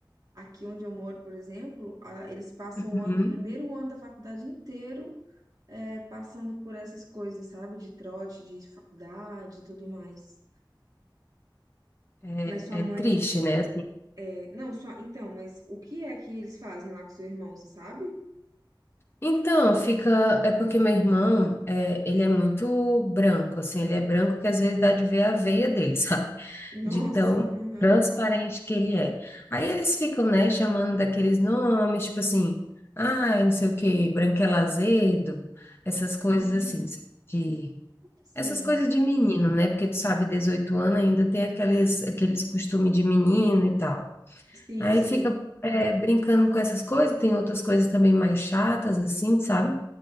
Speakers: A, on the right; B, on the left.
A: aqui onde eu moro, por exemplo, a- eles passam
B: Uhum.
A: o an- o primeiro ano da faculdade inteiro é, passando por essas coisas, sabe? De trote, de faculdade e tudo mais.
B: É,
A: Mas sua mãe.
B: é triste, né?
A: é, Não, só. Então, mas o que é que eles fazem lá com seu irmão, você sabe?
B: Então, fica. É porque meu irmão, é, ele é muito branco, assim, ele é branco que às vezes dá de ver a veia dele, <laughs> sabe?
A: <laughs> Nossa,
B: De tão
A: aham.
B: transparente que ele é. Aí eles ficam, né, chamando daqueles nomes, tipo assim, ai, não sei o quê, branquelo azedo, essas coisas
A: Hum,
B: assim, de.
A: sim.
B: Essas coisas de menino, né? Porque tu sabe, 18 anos ainda tem aqueles, aqueles costumes de menino e tal.
A: Sim,
B: Aí
A: sim.
B: fica é, brincando com essas coisas, tem outras coisas também mais chatas, assim, sabe?